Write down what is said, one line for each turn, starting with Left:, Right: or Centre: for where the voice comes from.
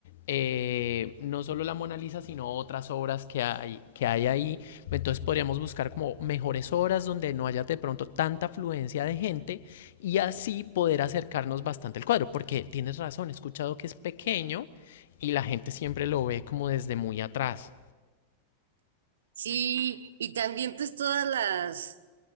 Left: eh, no solo la Mona Lisa, sino otras obras que hay, que hay ahí. Entonces podríamos buscar como mejores horas donde no haya de pronto tanta afluencia de gente y así poder acercarnos bastante al cuadro, porque tienes razón, he escuchado que es pequeño y la gente siempre lo ve como desde muy atrás.
Right: sí, y también pues todas las,